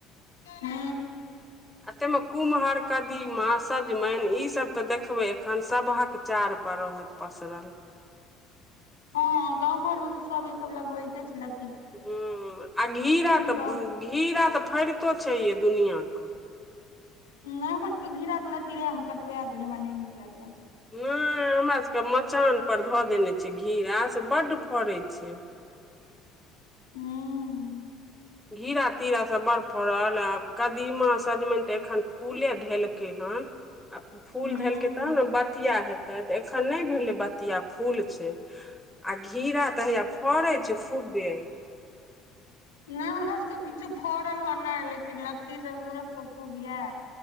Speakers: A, on the left; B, in the centre.
A: ले <unintelligible>
B: आ ताहिमे कुम्हर, कदीमा, सजमनि ईसभ तऽ, देखबै एखन सभक चारपर रहत। पचराल।
A: हँ,, गाँव घर में तऽ सब ई सब लगबैते छै, ल
B: हुँ, आ घेरा तऽ,
A: कऽ
B: घेरा तऽ फड़ितो छै ये दुनिआँके।
A: हमर त घेराके लत्ती रहै, हम कटबा देलियै, हमरा नहि नीक लगैया।
B: नहि हमरा सबके मचान पर धऽ देने छियै घेरा, से बड्ड फड़ैत छै।
A: हूँ।
B: घेरा -तीरा सभ बड़ फड़ल, आ कदीमा, सजमनि के एखन फूले धेलकै हन। आ फूल
A: हूं
B: धेलकै तहन ने बतिया हेतै, तऽ एखन नहि भेलै बतिया फूल छै। आ घेरा तऽ हैया फड़े छै, खूब बे।
A: नहि हमरा सबके किछु फड़ल हे नहि, लेकिन लत्ती सब हमरो सबके खूब यए।